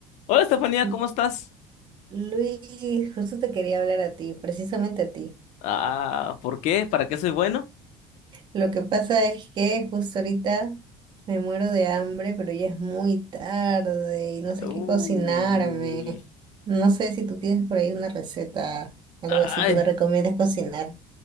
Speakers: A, on the left (about 70°); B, on the right (about 40°).
A: Hola Estefanía,
B: Lu-
A: ¿cómo estás?
B: Luis, justo te quería hablar a ti, precisamente a ti.
A: Ah, ¿por qué? ¿Para qué soy bueno?
B: Lo que pasa es que justo ahorita me muero de hambre, pero ya es muy tarde y no sé
A: Uy.
B: qué cocinarme. No sé si tú tienes por ahí una receta, algo
A: Ay,
B: así que me recomiendas cocinar.